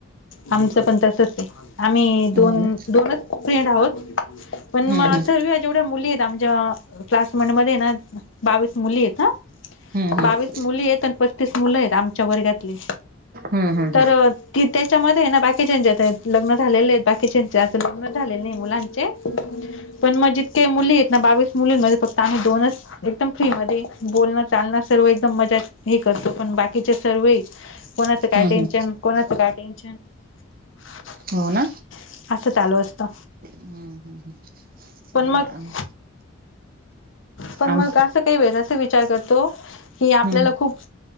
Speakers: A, on the left; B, on the right.
A: आमचं पण तसचं आहे. आम्हीं दोन-
B: हो ना
A: दोनचं फ्रेंड आहोत पणं
B: हम्म
A: मग सगळ्या जेवढ्या मुली आहेत आमच्या. क्लासमेट मध्ये हाय नां बावीस मुली आहेत. आं
B: हम्म
A: बावीस
B: हम्म
A: मुली आणि पस्तीस. पस्तीस मुलं आहेत. आमच्या वर्गातले
B: हम्म हम्म
A: तर्. कि त्याच्यामध्ये नां बाकीच्यात लग्न झालेले आहेत. बाकीच्याचे अस लग्नचं झालेले नाही मुलांचे पण मगं जितके मुली आहेत नां बावीस. मुलींमध्ये <inaudible> फक्त आणि दोनचं एकदम फ्रीं मध्ये बोलणं, चालणं सर्व एकदमं मजेत. हे करतो <unintelligible> पण बाकीचें सर्व आहेत. कोणाच कायं?
B: हम्म हम्म
A: टेन्शन-
B: हम्म
A: कोणाच कायं? टेन्शन. <unintelligible>
B: हो ना
A: असं चालू असतं.
B: हम्म हम्म
A: पण
B: नाही बाई
A: मगं
B: आम
A: पण
B: आम
A: मगं असं काही वेळे असा विचार करतो. कीं आपल्याला
B: हम्म
A: खूपं.